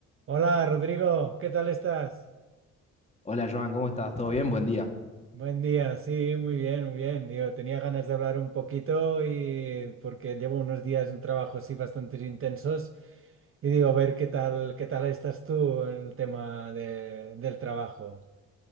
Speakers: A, on the right (about 45°); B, on the left (about 20°).
A: Hola Rodrigo, ¿qué tal estás?
B: Hola Joan, ¿cómo estás? ¿Todo bien? Buen día.
A: Buen día, sí, muy bien, muy bien. Yo tenía ganas de hablar un poquito y porque llevo unos días en trabajo así bastante intensos y digo, a ver qué tal, qué tal estás tú en el tema de- del trabajo.